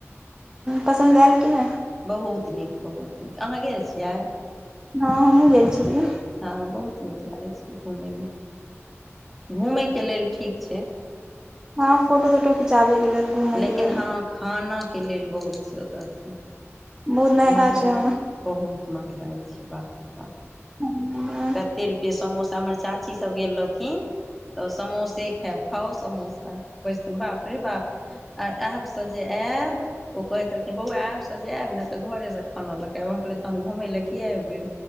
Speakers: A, on the right; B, in the centre.
A: पसन्द आयल कि नहि
B: बहुत नीक बहुत नीक अहाँ गेल छियै
A: हँ हमहुँ गेल छलिय
B: हँ बहुत नीक लागै छै घूमेमे घूमे के लेल ठीक छै
A: हँ फोटो तोटो खिचाबेके लेल घूमे
B: लेकिन
A: के लेल
B: हँ खाना के लेल बहुत छै औते
A: बहुत महंगा
B: महगाइ
A: छै वहाँ
B: बहुत महगाई छै बाप रे बाप
A: ह
B: कते रुपे समोसा हमर चाची सब गेल रहथिन तऽ समोसे खाउ खाओ समोसा बथिन बाप रे बाप आ आब से जे आयब ओ कहे छलखिन बौआ आब से जे आयब ने तऽ घरे से खाना लगब हम कहल हम घूमय लए किया एबै